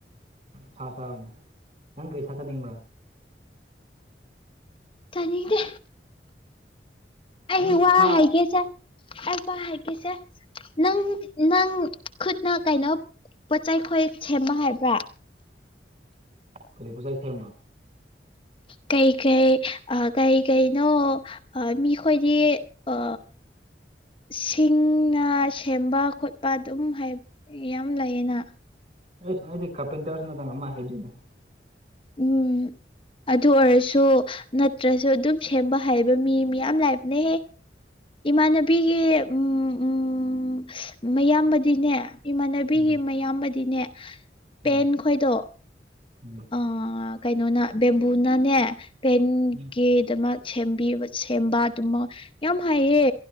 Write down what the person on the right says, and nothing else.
ꯁꯥ ꯇꯥꯔꯅꯦ ꯅꯪ ꯀꯔꯤ ꯁꯥꯖꯅꯤꯡꯕ꯭ꯔꯥ
ꯅꯪ
ꯁꯥ
ꯀꯔꯤ ꯄꯨꯁꯥ <unintelligible> ꯊꯦꯝꯕ
ꯑ ꯑꯩꯗꯤ ꯈꯄꯦꯟ ꯇꯧꯔꯁ ꯅ ꯇꯪ ꯑꯃꯃ ꯍꯥꯏꯗꯤꯗ <unintelligible>
ꯎꯝ
ꯎꯝ
ꯎꯝ
ꯎꯝ